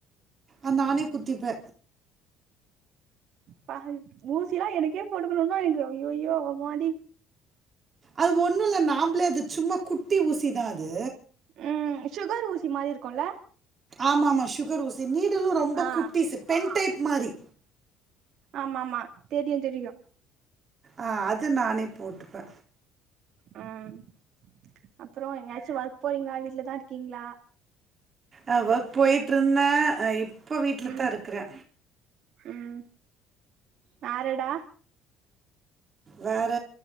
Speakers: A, on the right; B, on the right.
A: அத் நானே குத்திப்பே
B: ப ஊசிலா எனக்கே போட்டுக்கணும்னா எனக்கு அய்யய்யோ அம்மாடி
A: அது ஒன்னுல்ல நாம்ப்ளே அது சும்மா குட்டி ஊசிதா அது
B: ம் சுகர் ஊசி மாரி இருக்குல
A: ஆமா ஆமா சுகர் ஊசி நீடலு ரொம்ப
B: ஆ
A: குட்டிஸு பென் டைப் மாரி
B: ஆமா ஆமா தெரியு தெரியு
A: அ அது நானே போட்டுப்பே
B: ம் அப்புறோ எங்கயாச்சு ஒர்க் போறீங்ளா வீட்லதா இருக்கீங்ளா
A: ஆ ஒர்க் போய்ட்ருந்தே அ இப்ப வீட்ல
B: ம்
A: தா இருக்கறே
B: ம் வேறடா
A: வேற